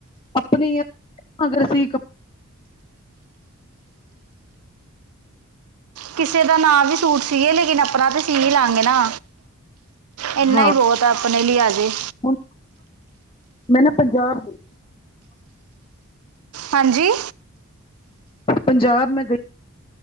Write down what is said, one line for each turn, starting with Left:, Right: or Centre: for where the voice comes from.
Left: ਆਪਣੀ ਅ ਅਗਰ ਅਸੀਂ ਕ
Right: ਕਿਸੇ ਦਾ ਨਾ ਵੀ ਸੂਟ ਸੀਏ ਲੇਕਿਨ ਆਪਣਾ ਤੇ ਸੀ ਈ ਲਾਂਗੇ ਨਾ, ਏੱਨਾ
Left: ਹਾਂ
Right: ਈ ਬਹੋਤ ਤਾਂ ਆਪਣੇ ਲਈ ਆਜੇਂ
Left: ਹੁਣ, ਮੈਂ ਨਾ ਪੰਜਾਬ
Right: ਹਾਂਜੀ।
Left: ਪੰਜਾਬ ਮੈਂ ਗਈ।